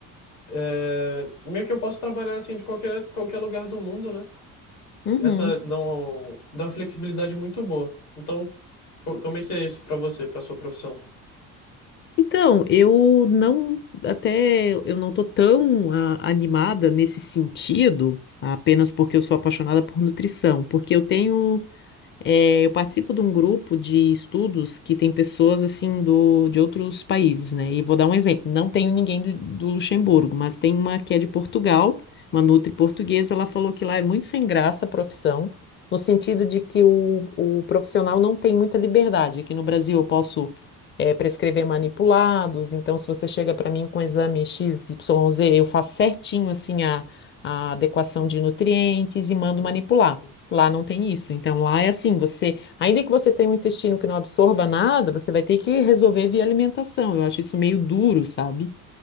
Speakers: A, on the left; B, on the left.
A: é, meio que eu posso trabalhar assim de qualquer, qualquer lugar do mundo, né?
B: Uhum.
A: Essa dá, um, dá uma flexibilidade muito boa. Então, co- como é que é isso para você, para sua profissão?
B: Então, eu não, até eu não tô tão ah, animada nesse sentido, apenas porque eu sou apaixonada por nutrição, porque eu tenho É, eu participo de um grupo de estudos que tem pessoas assim do, de outros países, né? E vou dar um exemplo. Não tenho ninguém do, do Luxemburgo, mas tem uma que é de Portugal, uma nutri portuguesa. Ela falou que lá é muito sem graça a profissão, no sentido de que o, o profissional não tem muita liberdade. Aqui no Brasil eu posso é, prescrever manipulados, então se você chega para mim com exame X, XYZ, eu faço certinho assim a, a adequação de nutrientes e mando
A: Uhum.
B: manipular. Lá não tem isso. Então, lá é assim, você, ainda que você tenha um intestino que não absorva nada, você vai ter que resolver via alimentação. Eu acho isso meio duro, sabe?